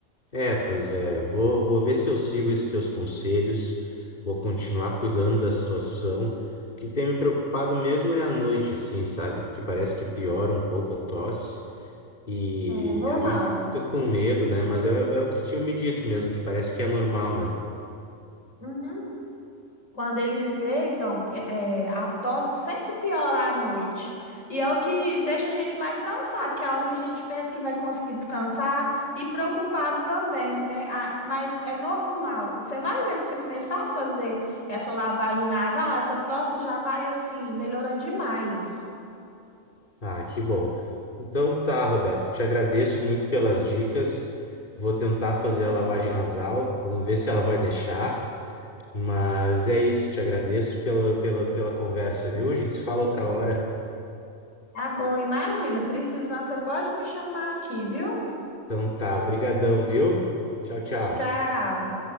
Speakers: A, on the left; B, on the left.
A: É, pois é. eu Vou, vou ver se eu sigo esses teus conselhos. Vou continuar cuidando da situação. O que tem me preocupado mesmo é a noite, assim, sabe? Porque parece que piora um pouco a tosse. E
B: É normal.
A: a gente fica com medo, né? Mas é, é o que tinha me dito mesmo, que parece que é normal, né?
B: Uhum. Quando eles deitam, é, é, a tosse sempre piora à noite. E é o que deixa a gente mais cansado, que é a hora que a gente pensa que vai conseguir descansar e preocupado também, né? Ah, mas é normal. Você vai ver que você começar a fazer essa lavagem nasal, essa tosse já vai assim, melhora demais.
A: Ah, que bom. Então tá, Roberto, te agradeço muito pelas dicas. Vou tentar fazer
B: Não,
A: a lavagem nasal, vamos ver se ela vai deixar. Mas é isso, te agradeço pela, pela, pela conversa, viu? A gente se fala outra hora.
B: Tá bom, imagina, precisando, você pode me chamar aqui, viu?
A: Então tá, brigadão, viu? Tchau, tchau.
B: Tchau.